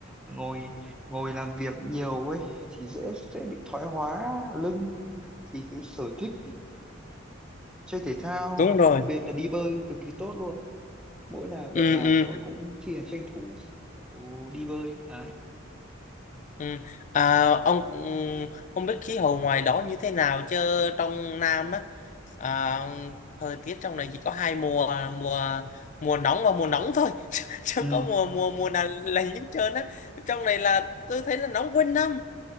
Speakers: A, in the centre; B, on the left.
A: ngồi ngồi làm việc nhiều ấy thì dễ dễ bị thoái hóa lưng thì cái sở thích chơi thể thao
B: đúng
A: hoặc
B: rồi
A: đặc biệt là đi bơi cực kỳ tốt luôn mỗi là
B: ừ
A: đợt nào
B: ừ
A: tôi cũng thi hành tranh thủ ồ, đi bơi đấy
B: Ừ. À, ông ừ, không biết khí hậu ngoài đó như thế nào chứ trong Nam á à, thời tiết trong này chỉ có hai mùa mùa mùa nóng và mùa nóng thôi <laughs> chứ chứ
A: ừ
B: không có mùa mùa mùa nào lạnh hết trơn á trong này là tôi thấy là nóng quanh năm